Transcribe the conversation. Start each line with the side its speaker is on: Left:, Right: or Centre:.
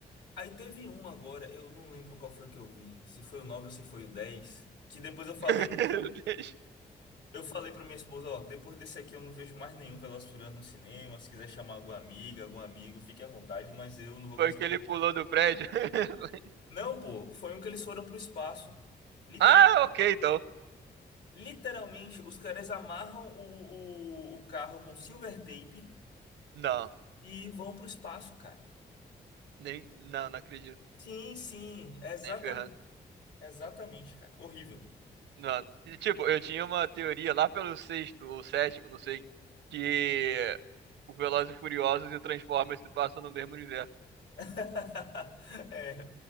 Left: Aí teve um agora, eu não lembro qual foi que eu vi, se foi o 9 ou se foi o 10, que depois eu falei.
Right: <laughs>
Left: Eu falei pra minha esposa, ó, depois desse aqui eu não vejo mais nenhum Velozes e Furiosos no cinema. Se quiser chamar alguma amiga, algum amigo, fique à vontade, mas eu não vou
Right: Foi
Left: gastar.
Right: que ele pulou do prédio. <laughs>
Left: Não, pô, foi um que eles foram pro espaço. Liter-
Right: Ah, ok, então.
Left: Literalmente, os caras amarram o, o, o carro com silver tape
Right: Não,
Left: e vão pro espaço, cara.
Right: nem, não, não acredito.
Left: Sim, sim, exatamente,
Right: Nem ferrando.
Left: exatamente, cara. Horrível.
Right: Não. E, Tipo, eu tinha uma teoria lá pelo sexto ou sétimo, não sei, que o Velozes e Furiosos e o Transformers se passam no mesmo universo.
Left: <laughs> É,